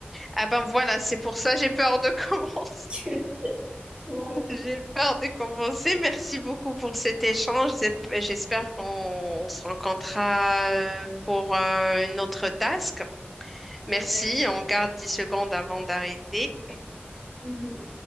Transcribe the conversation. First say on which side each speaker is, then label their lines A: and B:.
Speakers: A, in the centre; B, on the right.
A: Ah ben voilà, c'est pour ça j'ai peur de <laughs> commencer.
B: <laughs> Ouais,
A: J'ai peur de commencer. Merci beaucoup pour cet échange. J'esp- J'espère qu'on se rencontrera euh, pour euh, une autre task.
B: Exactement.
A: Merci, on garde 10 secondes avant d'arrêter.
B: Mhm.